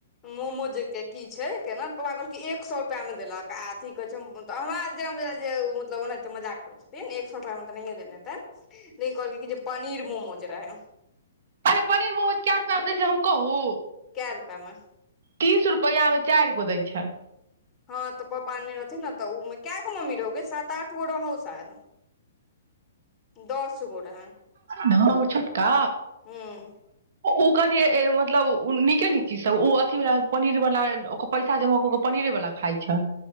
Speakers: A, on the left; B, on the right.
A: मोमोज के की छै केना त पापा कहलक एक सए रुपा मे देलक आ अथी कहै छैय अहाँ जेहन बुझाय जे उ मतलब ओनाते मजाक करे छथिन एक सए रूपा मे त नहिय देनेे हेते लेकिन कहलके जे पनीर मोमोज रहे।
B: अरे पनीर मोमोज कैरुपआ मे दै छैय हम कहू।
A: कैय रुपया में।
B: तीस रुपैआमे चाइर गो दै छैय।
A: हँ तऽ पप्पा नै रहथिन ने तऽ ओए में क्या गो मम्मी रहोगे सात आठ गो रहो शायद। दस गो रहै
B: ने हमर छोटका
A: हूँ।
B: ओ कनि मतलब नीके नीक चीज सब ओ अथीवाला पनीर वाला ओ पैसा जमा कऽ पनीरे वाला खाइ छैय।